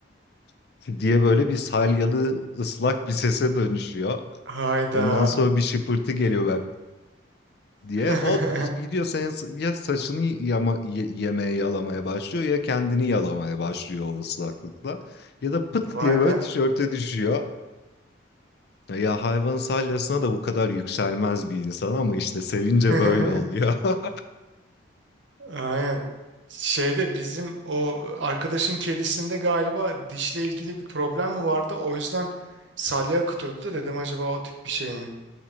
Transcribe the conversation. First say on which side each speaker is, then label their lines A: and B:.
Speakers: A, on the left; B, on the right.
A: <laughs> <tsk> diye böyle bir salyalı ıslak bir sese dönüşüyor.
B: Hayda.
A: Ondan sonra bir şıpırtı geliyor böyle diye.
B: <laughs>
A: Hop gidiyor senin s- ya saçını yama, ye- yemeye yalamaya başlıyor ya kendini yalamaya başlıyor o ıslaklıkla. Ya da pıt
B: Vay
A: diye böyle
B: be.
A: tişörte düşüyor. Ya hayvan salyasına da bu kadar yükselmez bir insan ama işte sevince
B: <laughs>
A: böyle oluyor. <laughs>
B: Aynen. Şeyde bizim o arkadaşın kedisinde galiba dişle ilgili bir problem mi vardı? O yüzden salya akıtıyordu da dedim acaba o tip bir şey mi?